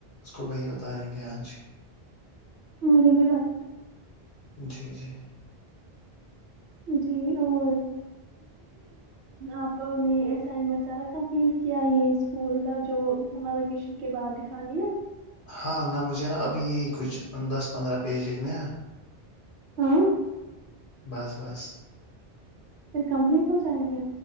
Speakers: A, on the left (about 60°); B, on the right (about 90°).
A: اس کو وہی اتاریں گے ہاں جی
B: مل بھی لگ
A: جی جی
B: جی اور آپ نے اسائنمنٹ سارا کمپلیٹ کیا یہ اس اسکول کا جو سر ووکیشن کے بعد دکھانی ہے
A: ہاں نہ مجھے نا ابھی یہی کچھ دس پندرہ پیج لکھنے ہیں
B: ہاں
A: بس بس
B: پھر کمپلیٹ ہو جائیں گے